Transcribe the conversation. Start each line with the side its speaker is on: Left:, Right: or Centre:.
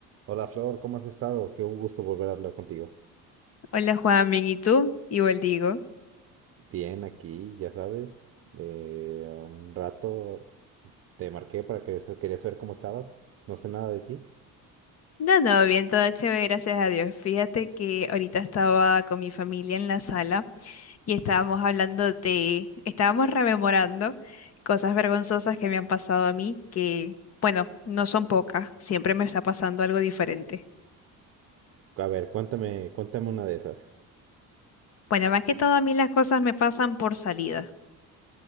Right: Hola Flor, ¿cómo has estado? Qué un gusto volver a hablar contigo.
Left: Hola Juan, bien, ¿y tú? Igual digo.
Right: Bien, aquí, ya sabes, de un rato te marqué para que quería saber cómo estabas. No sé nada de ti.
Left: No, no, bien, todo chévere, gracias a Dios. Fíjate que ahorita estaba con mi familia en la sala y estábamos hablando de, estábamos rememorando cosas vergonzosas que me han pasado a mí, que, bueno, no son pocas, siempre me está pasando algo diferente.
Right: A ver, cuéntame, cuéntame una de esas.
Left: Bueno, más que todo a mí las cosas me pasan por salida,